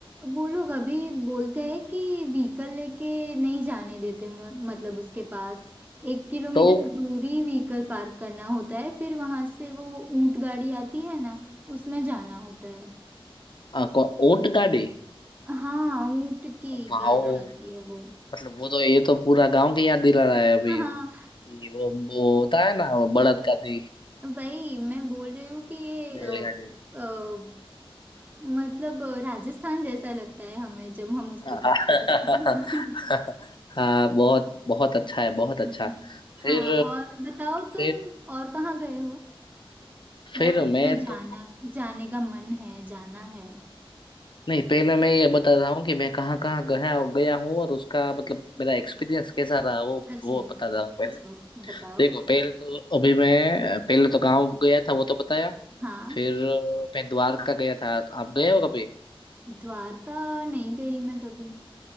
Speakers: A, on the right; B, on the left.
A: वो लोग अभी बोलते हैं कि व्हीकल लेके नहीं जाने देते म- मतलब उसके पास एक किलोमीटर
B: तो
A: दूरी व्हीकल पार्क करना होता है फिर वहां से वो ऊंट गाड़ी आती है ना उसमें जाना होता है
B: अ, को- ऊंट गाड़ी
A: हाँ ऊंट की
B: वाओ
A: गाड़ी आती है वो
B: मतलब वो तो ये तो पूरा गांव की याद दिला रहा है अभी
A: हाँ
B: जी, वो वो होता है ना वो बड़द गाड़ी
A: वही मैं बोल रही हूँ कि ये अ,
B: बैलगाड़ी
A: अ, मतलब राजस्थान जैसा लगता है हमें जब हम उस
B: हाँ
A: पर बैठे जाते हैं
B: <laughs> हाँ बहुत बहुत अच्छा है बहुत
A: हम्म,
B: अच्छा
A: हाँ
B: फिर
A: और बताओ
B: फिर
A: तुम और कहाँ गए हो या
B: फिर
A: फिर
B: मैं
A: तुम्हें जाना
B: तो
A: जाने का मन है जाना है
B: नहीं पहले मैं ये बता रहा हूँ कि मैं कहाँ कहाँ गया गया हूँ और उसका मतलब मेरा एक्सपीरियंस कैसा रहा वो
A: अच्छा
B: वो बता रहा हूँ पहले
A: अच्छा बताओ
B: देखो पहले तो अभी मैं पहले तो गाँव गया था वो तो बताया
A: हाँ
B: फिर मैं द्वारका गया था आप गए हो कभी
A: द्वारका नहीं गई मैं कभी